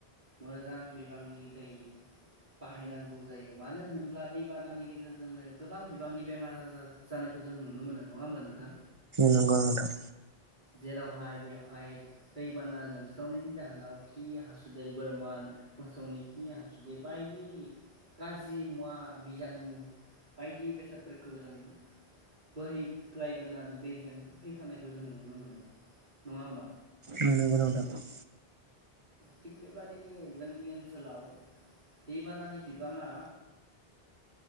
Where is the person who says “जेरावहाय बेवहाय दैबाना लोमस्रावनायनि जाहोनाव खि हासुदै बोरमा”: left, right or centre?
Right